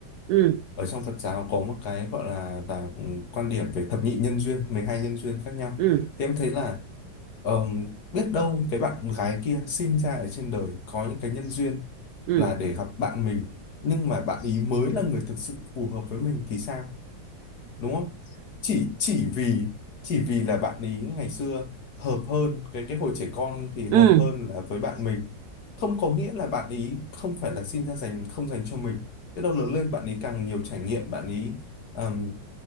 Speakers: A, on the right; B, on the left.
A: ừ
B: ở trong Phật giáo có một cái gọi là là quan điểm về thập nhị nhân duyên 12 nhân duyên khác nhau
A: ừ
B: thì em thấy là ờm, biết đâu cái bạn gái kia sinh ra ở trên đời có những cái nhân duyên
A: ừ
B: là
A: ừ
B: để gặp bạn mình nhưng mà bạn ý mới là người thực sự phù hợp với mình thì sao đúng không chỉ chỉ vì chỉ vì là bạn ý ngày xưa hợp hơn cái cái hồi trẻ con thì
A: ừ.
B: hợp hơn là với bạn mình không có nghĩa là bạn ý không phải là sinh ra dành không dành cho mình biết đâu lớn lên bạn ý càng nhiều trải nghiệm bạn ý ừm,